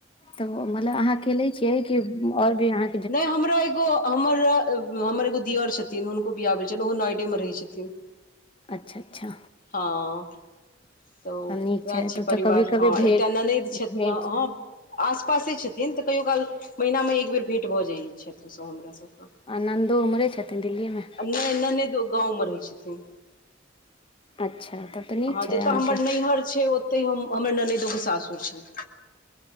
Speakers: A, on the left; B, on the left.
A: तब मतलब अहाँ अकेेले छियै की और भी अहाँ
B: नय हमरा एगो हमर हमर एगो दिअर छथिन हुनको बिआह भेलै छइन ओहो नॉइडेमे रहै छथिन
A: अच्छा अच्छा
B: हँ तऽ उएह
A: तब नीक
B: छै
A: तब
B: परिवार
A: तऽ कभी कभी
B: हँ
A: भेट
B: एकटा ननैद छइथ
A: भेट
B: आसपासे छथिन तऽ कहियो काल महिना में एक बेर भेँट भऽ जाइ छथि ओसभ हमरासभकेँ
A: आ नन्दो उम्हरे छथिन दिल्लीमे
B: नै न नहि दो गाँंवमे रहै छथिन
A: अच्छा तब तऽ नीक
B: हँ
A: छै
B: जतय
A: अहाँके
B: हमर नैहर छै ओतइ हम हमर ननैदोे सासुर छ